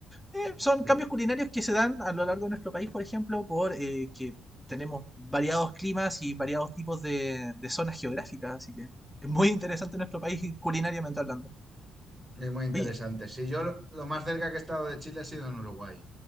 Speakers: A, in the centre; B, on the right.
A: Eh, son
B: sí,
A: cambios culinarios que se dan a lo largo de nuestro país, por ejemplo, por eh, que tenemos variados climas y variados tipos de, de zonas geográficas, así que es muy interesante nuestro país culinariamente hablando.
B: es muy interesante.
A: Oye,
B: Sí, yo lo, lo más cerca que he estado de Chile ha sido en Uruguay,